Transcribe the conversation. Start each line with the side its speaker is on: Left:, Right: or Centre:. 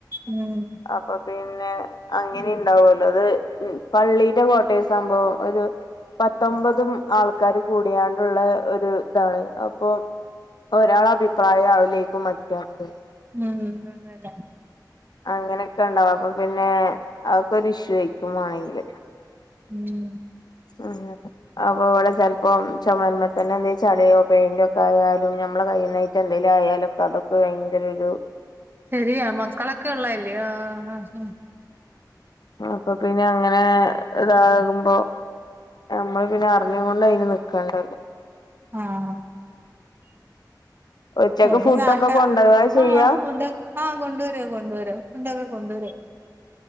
Right: ഊം
Left: അപ്പൊ പിന്നെ അങ്ങനിം ണ്ടാവാേല്ലോ ത് പള്ളീടെ കോട്ടെയ്സ്മ്പോ ഒരു പത്തൊമ്പതും ആൾക്കാര് കൂട്യാണ്ട്ള്ളെ ഒരു താണ് അപ്പം ഒരാളഭിപ്രായാവ്‌ലേക്കും മറ്റാക്ക്
Right: ഉം അതേലേ
Left: അങ്ങെനെക്കെണ്ടാവും അപ്പൊ പിന്നെ അതൊക്കൊ ഇഷ്യൂ ആയിക്കും വാണെങ്കില്
Right: ഉം
Left: അങ്ങെനെ അപ്പൊ വടെ ചെൽപ്പം ചൊമര്മ്മേ തന്നെ എന്തേം ചള്യോ പെയിന്റാെക്കായാലും ഞമ്മളെ കയ്യ്ന്നാ റ്റ് എന്തേലും ആയാലൊക്കെ അതൊക്കെ ഭയെങ്കെരൊരു
Right: ശെരിയാ മക്കളൊക്കെ ഉള്ളല്ലേ ആഹ് ഹാ ഹും
Left: അപ്പൊ പിന്നെ അങ്ങെനേ താകുമ്പോ ഞമ്മള് പിന്നെ അർഞ്ഞ്ങ്കൊണ്ട് അയ്ന് നിക്കണ്ടൽ
Right: ആഹ്
Left: ഉച്ചക്ക്
Right: <unintelligible>
Left: ഫുഡൊക്കെ
Right: കാട്ട
Left: കൊണ്ടോവാ ചെയ്യാ
Right: ആഹ് ഫുഡാെ ആഹ് കൊണ്ട് വരും കൊണ്ട് വരും ഫുണ്ടൊക്കെ കൊണ്ട് വരും